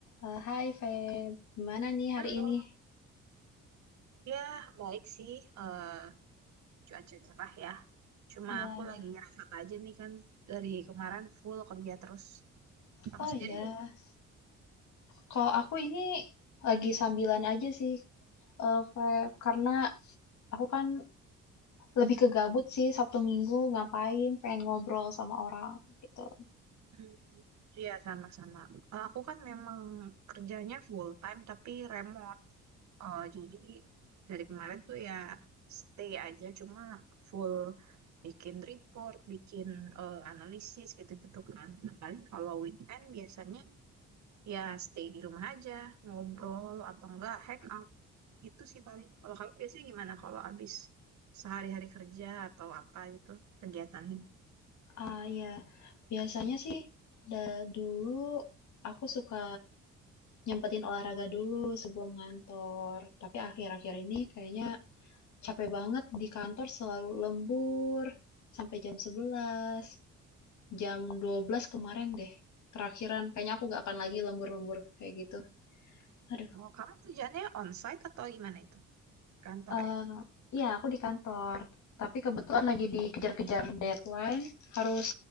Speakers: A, on the left; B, on the right.
A: Eh, Hai Feb, gimana nih hari
B: Halo,
A: ini?
B: ya baik sih, eh cuaca cerah ya. Cuma
A: Ya,
B: aku lagi rehat aja nih kan dari kemarin full kerja terus. Kamu
A: oh
B: sendiri?
A: iya, kalau aku ini lagi sambilan aja sih, eh, Feb, karena aku kan lebih ke gabut sih Sabtu Minggu ngapain, pengen ngobrol sama orang gitu.
B: Hmm, Iya sama-sama. Eh, Aku kan memang kerjanya full time tapi remote. Eh, jadi dari kemarin tuh ya stay aja cuma full bikin report, bikin eh, analisis gitu-gitu kan. Nah, paling kalau weekend biasanya ya stay di rumah aja ngobrol atau enggak hangout itu sih paling kalau kamu biasanya gimana kalau habis sehari-hari kerja atau apa gitu kegiatannya
A: Ah iya, biasanya sih da- dulu aku suka nyempetin olahraga dulu sebelum ngantor, tapi akhir-akhir ini kayaknya capek banget di kantor selalu lembur sampai jam 11. jam dua belas kemarin deh terakhiran kayaknya aku gak akan lagi lembur-lembur kayak gitu aduh
B: oh kamu kerjaannya onsite atau gimana itu kantor
A: Eh,
B: ya
A: iya, aku di kantor. Tapi kebetulan lagi dikejar-kejar deadline, harus